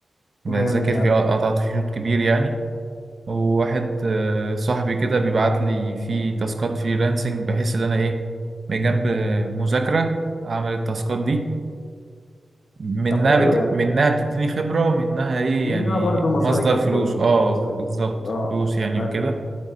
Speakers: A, on the right; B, on the left.
A: بذاكر
B: جامد يعني
A: فيه قطعت فيه شوط كبير يعني وواحد آه، صاحبي كده بيبعت لي فيه تاسكات فريلانسنج بحيث ان انا ايه بجنب مذاكرة اعمل التاسكات دي منها
B: طب حلو
A: بت...
B: يعني
A: منها بتديني خبرة ومنها ايه
B: ومنها
A: يعني
B: برضو مصاريفك
A: مصدر فلوس
B: برضو
A: اه
B: في مصاريف
A: بالظبط
B: اه
A: فلوس يعني
B: ايوه
A: وكده